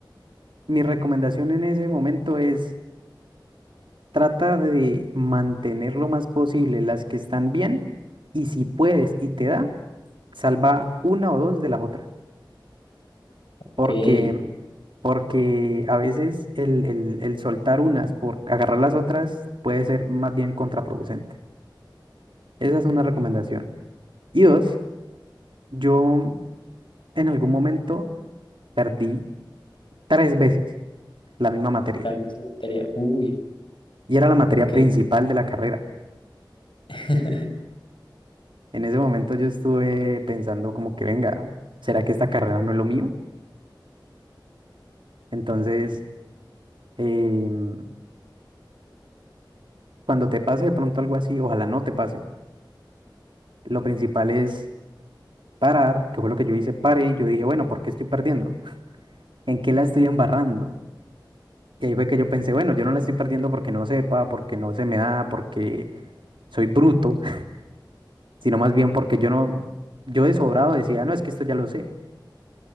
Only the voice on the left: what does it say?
ok.
La misma materia. Uy,
ok.
<laughs>